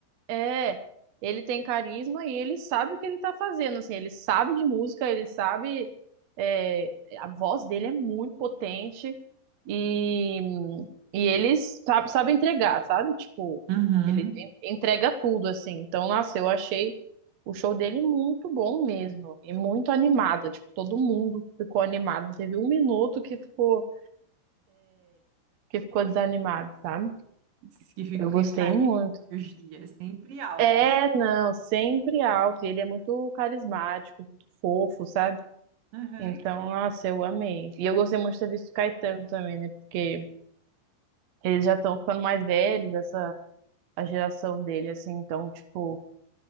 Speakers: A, on the right; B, on the right.
A: É, ele tem carisma e ele sabe o que ele tá fazendo, assim, ele sabe de música, ele sabe, é, a voz dele é muito potente e, e ele sabe, sabe entregar, sabe? Tipo,
B: Uhum.
A: ele en- entrega tudo, assim. Então, nossa, eu achei o show dele muito bom mesmo e muito animado, tipo, todo mundo ficou animado, não teve um minuto que ficou, que ficou desanimado, sabe?
B: Se ficar
A: Eu gostei muito.
B: aí, energia, é sempre altos.
A: É, não, sempre alto. E ele é muito carismático, muito fofo, sabe?
B: Aham.
A: Então, nossa, eu amei. E eu gostei muito de ter visto o Caetano também, né? Porque eles já estão ficando mais velhos, essa a geração dele, assim. Então, tipo,